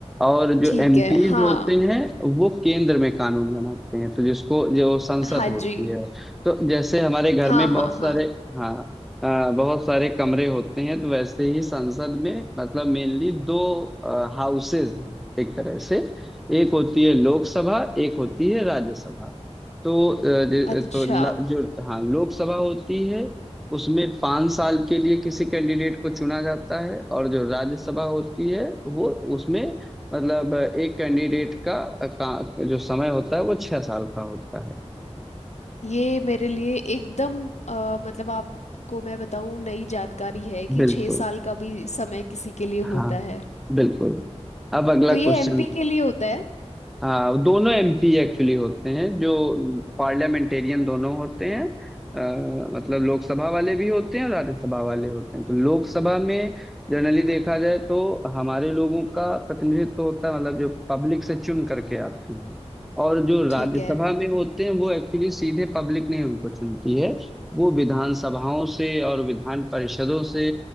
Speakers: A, in the centre; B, on the left.
A: और जो
B: ठीक
A: एमपीज
B: है हाँ
A: होते हैं वो केंद्र में कानून बनाते हैं तो जिसको जो संसद
B: हाँ
A: होती
B: जी
A: है तो जैसे हमारे घर
B: हाँ
A: में बहुत
B: हाँ हाँ
A: सारे हाँ अ, बहुत सारे कमरे होते हैं तो वैसे ही संसद में मतलब मेनली दो हाउसेज हैं एक तरह से एक होती है लोकसभा एक होती है राज्यसभा तो अ, जे-
B: अच्छा
A: तो ल- जो हाँ लोकसभा होती है उसमें पांच साल के लिए किसी कैंडिडेट को चुना जाता है और जो राज्यसभा होती है वो उसमें मतलब अ, एक कैंडिडेट का, अ, का जो समय होता है वो छह साल का होता है
B: ये मेरे लिए एकदम अ, मतलब आपको मैं बताऊं नई जानकारी है कि
A: बिल्कुल
B: छह साल का भी समय किसी के लिए
A: हाँ
B: होता है
A: बिल्कुल अब अगला
B: तो ये
A: क्वेश्चन
B: एमपी के लिए होता है
A: हाँ दोनों एमपी एक्चुअली होते हैं जो पार्लियामेंटेरियन दोनों होते हैं अ, मतलब लोकसभा वाले भी होते हैं और राज्यसभा वाले होते हैं तो लोकसभा में जनरली देखा जाए तो हमारे लोगों का प्रतिनिधित्व होता है मतलब जो पब्लिक से चुन करके आते हैं और जो राज्यसभा
B: ठीक है
A: में होते हैं वो एक्चुअली सीधे पब्लिक नहीं उनको चुनती है वो विधानसभाओं से और विधान परिषदों से